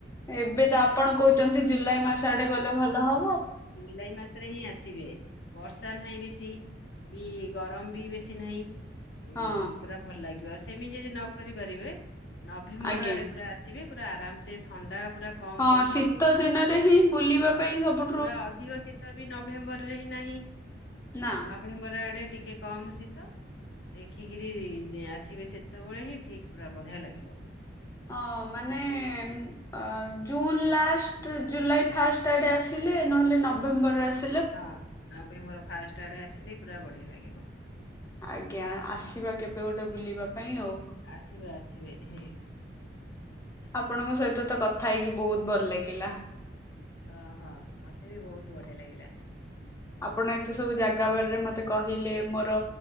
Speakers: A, on the left; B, on the left.
A: ହୁଁ
B: ଏବେ
A: ହୁଁ।
B: ତ ଆପଣ କହୁଚନ୍ତି ଜୁଲାଇ ମାସ ଆଡେ ଗଲେ ଭଲ ହ
A: ଜୁଲାଇ ମାସରେ ହିଁ ଆସିବେ ବର୍ଷା ନାହିଁ ବେଶୀ। ବି ଗରମ ବି ବେଶୀ ନାହିଁ। ଉଁ,
B: ହଁ
A: ପୁରା ଭଲ ଲାଗିବ ଆସ ସେମିତି ଯଦି ନ କରିପାରିବେ। ନଭେମ୍ବର
B: ଆଜ୍ଞା
A: ଆଡେ ପୁରା ଆସିବେ। ପୁରା ଆରାମ ସେ ଥଣ୍ଡା ପୁରା କମ
B: ହଁ
A: ପଡିଥିବ
B: ଶୀତ
A: ମାଆଙ୍କୁ
B: ଦିନରେ ହିଁ ବୁଲିବା
A: ହଁ
B: ପାଇଁ ସବୁ
A: ପୁରା ଅଧିକ ଶୀତ ବି ନଭେମ୍ବରରେ ହିଁ ନାହିଁ
B: ନା
A: ନଭେମ୍ବର ଆଡ଼େ ଟିକେ କମ ଶୀତ ଦେଖିକିରି ଯେ ଆସିବେ ସେତେବେଳେ ହିଁ ଠିକ ପୁରା ବଢିଆ ଲାଗିବ।
B: ହଁ ମାନେ ଅ ଜୁନ୍ ଲାଷ୍ଟ ଜୁଲାଇ ଫାଷ୍ଟ ଆଡେ ଆସିଲେ ନହେଲେ ନଭେମ୍ବରରେ ଆସ
A: ହଁ ନଭେମ୍ବର ଫାଷ୍ଟ ଆଡେ ଆସିଲେ ପୁରା ବଢିଆ ଲାଗିବ।
B: ଆଜ୍ଞା ଆସିବା କେବେ ଗୋଟେ ବୁଲିବା। ପାଇଁ ଆଉ
A: ଆସିବେ ଆସିବେ ହଁ
B: ଆପଣଙ୍କ ସହିତ ତ କ ଥା ହେଇକି ବୋହୁତ ଭଲ ଲାଗିଲା।
A: ହଁ ହଁ ମତେ ବି ବୋହୁତ ବଢ଼ିଆ ଲାଗିଲା।
B: ଆପଣ ଏତେ ସବୁ ଜାଗା ବାରରେ ମତେ କହିଲେ ମୋର